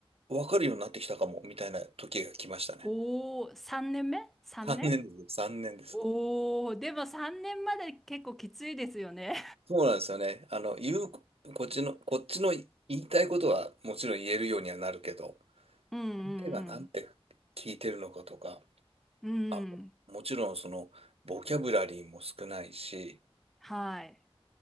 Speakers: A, on the right; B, in the centre.
A: わかるようになってきたかも、みたいな時が来ましたね。
B: おお、3年目 ?3
A: 3年です。
B: 年
A: 3年です。
B: おおー、でも3年まで結構きついですよね。
A: そうなんですよね。あの、言う、こっちの、こっちの言いたいことはもちろん言えるようにはなるけど、
B: <laughs> うんうん
A: 相手がなんて聞いてるのかとか、
B: うん。
A: あ、
B: うん。
A: もちろんその、ボキャブラリーも少ないし、
B: はい。